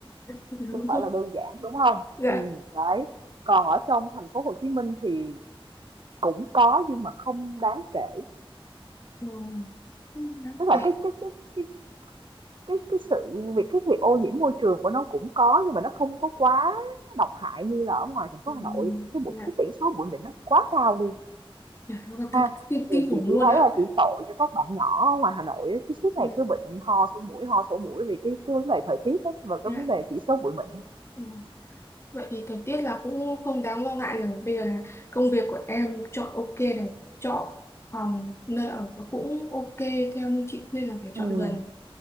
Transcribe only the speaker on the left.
đúng
rồi
dạ
ừ. không đáng
kể.
Ừ.
dạ
dạ
thật kinh,
kinh khủng
luôn
ạ
Ừ.
dạ
Ừ. Vậy thì thời tiết là cũng không đáng lo ngại rồi. Bây giờ là công việc của em chọn ok này, chọn phòng nơi ở và cũng ok theo như chị khuyên là phải chọn
gần.